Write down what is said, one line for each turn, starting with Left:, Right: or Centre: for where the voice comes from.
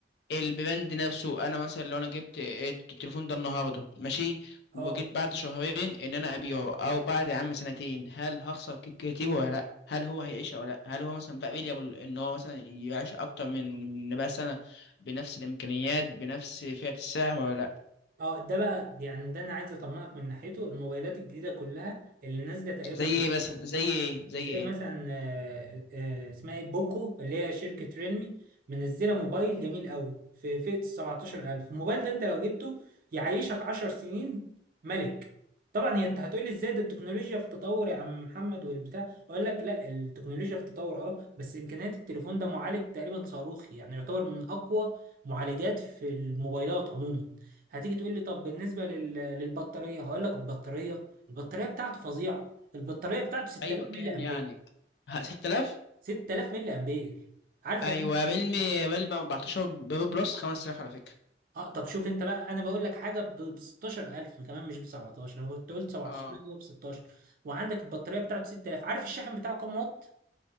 Left: البراند نفسه انا مثلا لو انا جبت التليفون ده النهارده ماشي
Right: اه
Left: وجيت بعد شهرين ان انا ابيعه او بعد يا عم سنتين هل هخسر ك- كتير ولا لا هل هو هيعيش ولا لا هل هو مثلا بقى فيليبل ان هو مثلا يعيش اكتر من من بقى سنه بنفس الامكانيات بنفس فئه السعر ولا لا
Right: اه ده بقى يعني ده انا عايز اطمنك من ناحيته الموبايلات الجديده كلها اللي نازله تقريبا
Left: زي ايه مثلا زي ايه زي
Right: زي
Left: ايه
Right: مثلا آه، آه، اسمها ايه بوكو اللي هي شركة ريلمي منزلة موبايل جميل قوي في فئة ال 17000 الموبايل ده انت لو جبته يعيشك 10 سنين ملك طبعا هي انت هتقولي ازاي ده التكنولوجيا في تطور يا عم محمد والبتاع اقول لك لا التكنولوجيا في تطور اه بس امكانيات التليفون ده معالج تقريبا صاروخي يعني يعتبر من اقوى معالجات في الموبايلات عموما هتيجي تقول لي طب بالنسبة لل- للبطارية هقول لك البطارية البطارية بتاعته فظيعة البطاريه بتاعته 6000
Left: ايوه كام
Right: ملي امبير
Left: يعني ه- 6000
Right: 6000 ملي امبير عارف
Left: ايوه
Right: يعني ايه 6000
Left: ريلمي
Right: ملي أمبير؟
Left: ريلمي 14 برو بلس 5000 على فكره
Right: اه طب شوف انت بقى انا بقول لك حاجه ب 16000 كمان مش ب 17 انا كنت قلت 17
Left: اه
Right: لا، هو ب 16 وعندك البطاريه بتاعته 6000 عارف الشاحن بتاعه كام واط